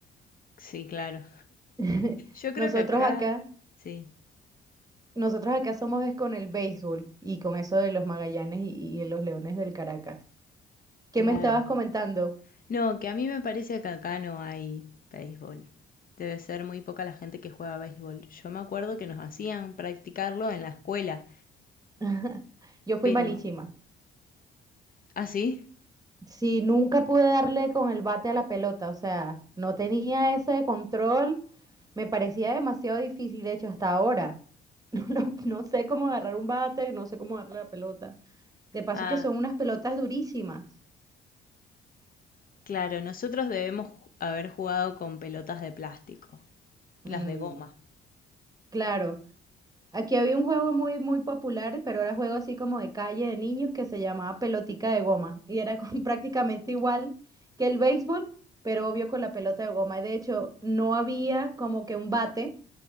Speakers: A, on the left; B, on the right.
A: Sí, claro.
B: <laughs>
A: Yo creo
B: Nosotros
A: que acá,
B: acá,
A: sí,
B: nosotros acá somos es con el béisbol y con eso de los Magallanes y, y los Leones del Caracas. ¿Qué
A: claro.
B: me estabas comentando?
A: No, que a mí me parece que acá no hay béisbol. Debe ser muy poca la gente que juega béisbol. Yo me acuerdo que nos hacían practicarlo en la escuela,
B: <laughs> Yo fui
A: pero...
B: malísima.
A: ¿Ah, sí?
B: si nunca pude darle con el bate a la pelota, o sea, no tenía ese control, me parecía demasiado difícil, de hecho, hasta ahora. <laughs> No, no, no sé cómo agarrar un bate, no sé cómo darle la pelota. De paso
A: Ah,
B: que son unas pelotas durísimas.
A: claro, nosotros debemos ju- haber jugado con pelotas de plástico, las
B: Mm,
A: de goma.
B: claro. Aquí había un juego muy, muy popular, pero era juego así como de calle de niños que se llamaba pelotica de goma y era con- <laughs> prácticamente igual que el béisbol, pero obvio con la pelota de goma. Y de hecho, no había como que un bate